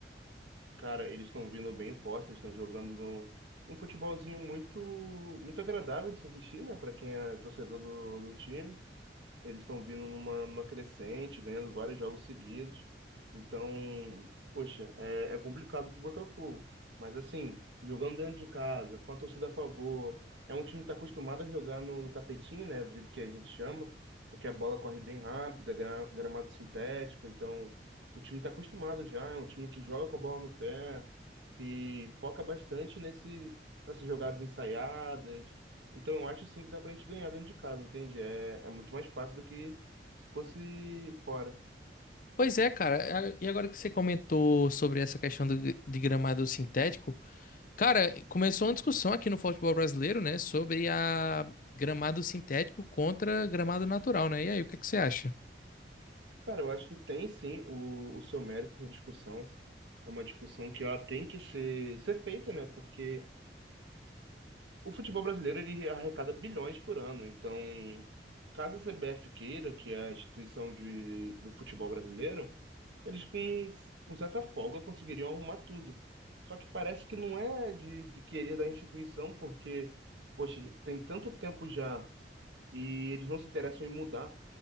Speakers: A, on the right; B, on the left.
A: Cara, eles estão vindo bem fortes, eles estão jogando num, um futebolzinho muito, muito agradável de se assistir, né? Para quem é torcedor do, do time. Eles estão vindo numa, numa crescente, ganhando vários jogos seguidos. Então, poxa, é, é complicado pro Botafogo. Mas assim, jogando dentro de casa, com a torcida a favor, é um time que está acostumado a jogar no, no tapetinho, né? Do jeito que a gente chama, porque a bola corre bem rápida, gra- gramado sintético. Então, o time está acostumado já. É um time que joga com a bola no pé, que foca bastante nesse, nessas jogadas ensaiadas então eu acho sim que dá pra gente ganhar dentro de casa, entende? É, é muito mais fácil do que se fosse fora.
B: Pois é, cara. A- E agora que você comentou sobre essa questão do, de gramado sintético. Cara, começou uma discussão aqui no futebol brasileiro, né, sobre a gramado sintético contra gramado natural, né? E aí, o que é que você acha?
A: Cara, eu acho que tem sim o, o seu mérito essa discussão. É uma discussão que ela tem que ser, ser feita, né? Porque o futebol brasileiro ele arrecada bilhões por ano. Então, caso a CBF queira, que é a instituição de, do futebol brasileiro, eles com, com certa folga conseguiriam arrumar tudo. Só que parece que não é de, de querer da instituição, porque, poxa, tem tanto tempo já e eles não se interessam em mudar.